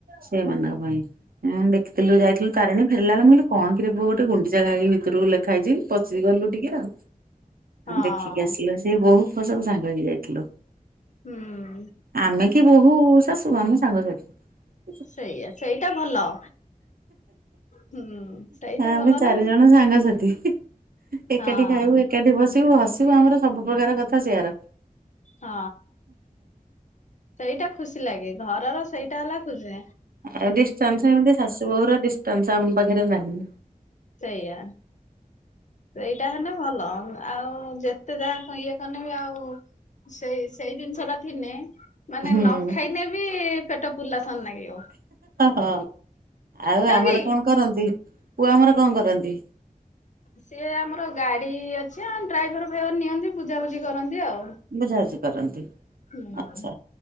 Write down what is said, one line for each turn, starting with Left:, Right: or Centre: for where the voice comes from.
Right: ସେମାନଙ୍କ ପାଇଁ ଉଁ-ଉଁ ଦେଖିଥିଲୁ ଯାଇଥିଲୁ ତାରେଣୀ ଫେରିଲା ବେଳେ ମୁଁ କଇଲି କଣ କିରେ ପୁଅ ଗୋଟ ଗୁଣ୍ଡିଚା ଘାଇ ଭିତରକୁ ଲେଖା ହେଇଛି ପ ପଶିଗଲୁ ଟିକେ ଆଉ,
Left: ହଁ
Right: ଦେଖିକି ଆସିଲୁ ସେ ବୋହୂ ଫୋଉ ସବୁ ସାଙ୍ଗ ହେଇକି ଯାଇଥିଲୁ।
Left: ହୁଁ।
Right: ଆମେ କି ବୋହୂ-ଊ-ଊ ଶାଶୁ ଆମେ ସାଙ୍ଗସାଥି।
Left: ସେଇଆା ସେଇଟା ଭଲ। ହୁଁ ସେଇଟା
Right: ଆମେ
Left: ଭଲ
Right: ଚାରି
Left: ନା
Right: ଜଣ ସାଙ୍ଗସାଥି। ଏକାଠି
Left: ହଁ।
Right: ଖାଇବୁ ଏକାଠି ବସିବୁ ହସିବୁ ଆମର ସବୁ ପ୍ରକାର କଥା ସେଆର।
Left: ହଁ ସେଇଟା ଖୁସି ଲାଗେ ଘରର ସେଇଟା ହେଲା ଖୁସି।
Right: ଆଉ ଡିଷ୍ଟାନ୍ସ ଏମତି ଶାଶୁ ବୋହୂର ଡିଷ୍ଟାନ୍ସ ଆମ ପାଖରେ ନାହି।
Left: ସେଇଆ ସେଇଟା ହେଲେ ଭଲ ଆଉ ଯେତେ ଯାହା ଇଏ କନେ ବି ଆଉ ସେଇ ସେଇ ଜିନିଷ ଟା ଥିନେ ମାନେ
Right: ହଁ।
Left: ନ ଖାଇନେ ବି ପେଟ ପୁର୍ଲାସନ୍ନ ଲାଗିବ।
Right: ହ ଆଉ
Left: ନୁହଁ
Right: ଆମର
Left: କି?
Right: କଣ କରନ୍ତି ପୁଅ ଆମର କଣ କରନ୍ତି?
Left: ସିଏ ଆମର ଗାଡି ଅଛି ଆ ଡ୍ରାଇଭର ଫାଇଭର ନିଅନ୍ତି ବୁଝାବୁଝି କରନ୍ତି ଆଉ।
Right: ବୁଝା ବୁଝି କରନ୍ତି।
Left: ହୁଁ।
Right: ଆଚ୍ଛା।